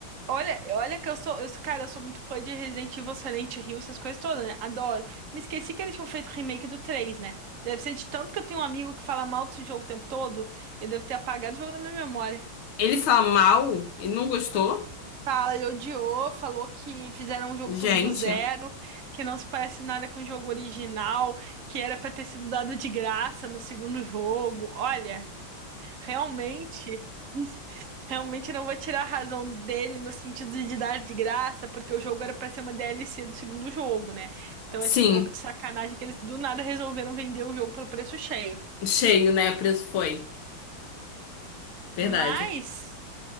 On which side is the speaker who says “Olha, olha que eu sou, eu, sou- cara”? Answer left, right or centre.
Right